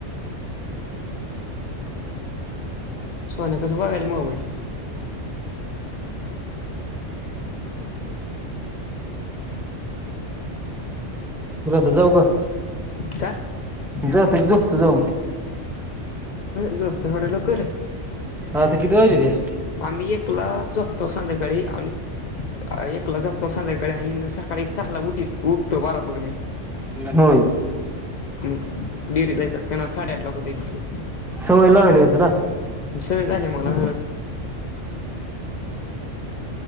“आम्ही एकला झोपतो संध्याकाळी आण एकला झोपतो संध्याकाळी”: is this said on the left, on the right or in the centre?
Left